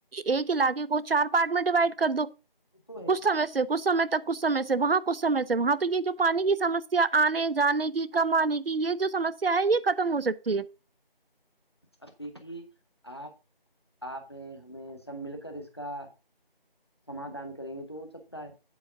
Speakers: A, on the right; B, on the left.
A: ایک علاقے کو چار پارٹ میں ڈیوائڈ کر دو
B: تو ہے
A: کچھ سمے سے کچھ سمے تک کچھ سمے سے وہاں کچھ سے سے وہاں تو یہ جو پانی کی سمسیا آنے جانے کی کم آنے کی یہ جو سمسیا سیا یہ ختم ہو سکتی ہے
B: اب دیکھیے آپ آپ ہیں ہمیں سب مل کر اس کا سمادھان کریں گے تو ہو سکتا ہے